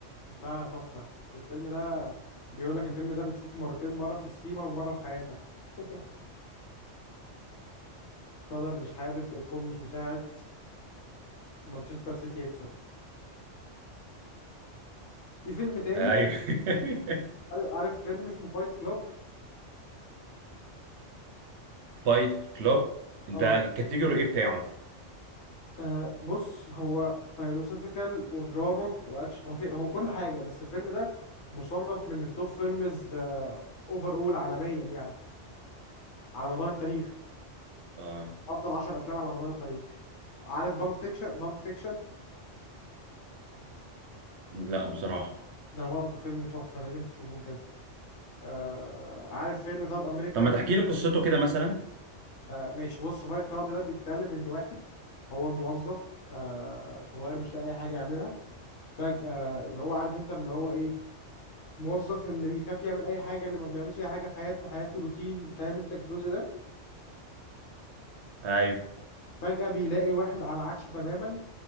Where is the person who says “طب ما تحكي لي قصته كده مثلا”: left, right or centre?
Right